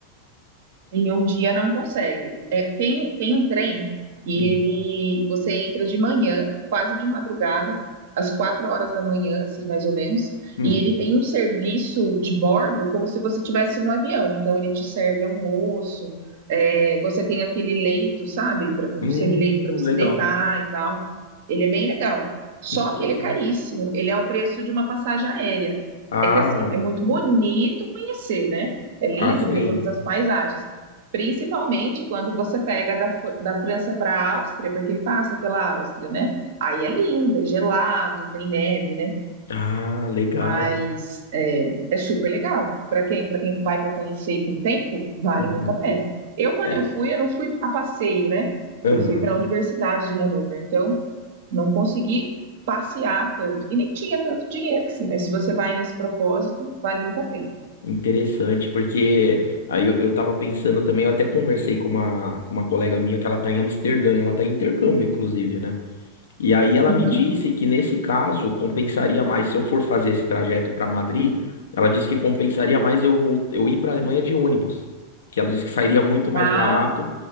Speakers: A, on the right; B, on the left.
A: Em um dia não consegue. É, tem, tem um trem e
B: Hum,
A: ele você entra de manhã, quase de madrugada, às quatro horas da manhã, assim, mais ou menos,
B: hum,
A: e ele tem um serviço de bordo como se você estivesse num avião. Então ele te serve almoço, é, você tem aquele leito, sabe? Pra- Um
B: Hum,
A: semileito para você
B: legal.
A: deitar e tal. Ele é bem legal. Só
B: Interessante.
A: que ele é caríssimo. Ele é o preço de uma passagem aérea.
B: Ah,
A: É que assim,
B: então-
A: é muito bonito conhecer, né? É lindo
B: ah, sim.
A: ver todas as paisagens. Principalmente quando você pega da, Fo- da França para a Áustria, porque ele passa pela Áustria, né? Aí é lindo, é gelado, tem neve, né?
B: Ah, legal.
A: Mas é, é super legal. Para quem, para quem vai para conhecer e com tempo, vale
B: Uhum.
A: muito a pena. Eu, quando
B: É.
A: eu fui, eu não fui a passeio, né?
B: aham.
A: Eu fui para a Universidade de Hanover, então não consegui passear tanto. E nem tinha tanto dinheiro assim, mas se você vai nesse propósito, vale muito a pena.
B: Interessante, porque aí eu, eu tava pensando também, eu até conversei com uma, com uma colega minha que ela tá em Amsterdã, ela tá em intercâmbio, inclusive, né? E aí ela
A: Uhum.
B: me disse que nesse caso compensaria mais se eu for fazer esse trajeto para Madrid, ela disse que compensaria mais eu vol- eu ir para Alemanha de ônibus, que ela disse que sairia muito mais
A: Ah,
B: barato.